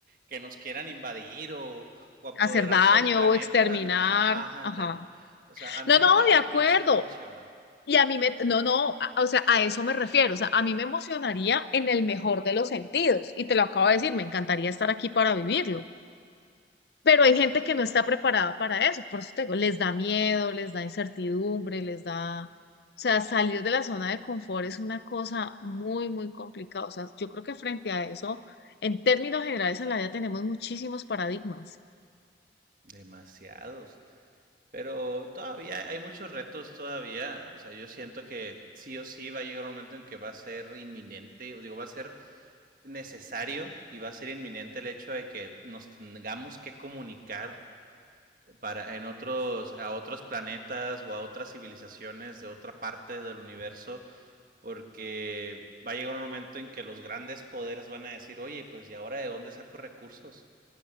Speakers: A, on the right; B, on the left.
A: que nos quieran invadir o, o apoderarse
B: hacer daño
A: del planeta.
B: o exterminar.
A: na- Ah,
B: Ajá.
A: ándale. O sea, a mí
B: No,
A: en
B: no,
A: lo particular
B: de acuerdo.
A: sí me emociona.
B: Y a mí me, no, no, a- o sea, a eso me refiero. O sea, a mí me emocionaría en el mejor de los sentidos. Y te lo acabo de decir, me encantaría estar aquí para vivirlo. Pero hay
A: Sí,
B: gente que no está
A: ¿no?
B: preparada para eso. Por eso te digo, les da miedo, les da incertidumbre, les da... O sea, salir de la zona de confort es una cosa muy, muy complicada. O sea, yo creo que frente a eso, en términos generales en la vida tenemos muchísimos paradigmas.
A: Demasiados. Pero todavía hay muchos retos todavía. O sea, yo siento que sí o sí va a llegar un momento en que va a ser inminente, o digo, va a ser necesario y va a ser inminente el hecho de que nos tengamos que comunicar para en otros a otros planetas o a otras civilizaciones de otra parte del universo porque va a llegar un momento en que los grandes poderes van a decir, "Oye, pues y ahora de dónde saco recursos?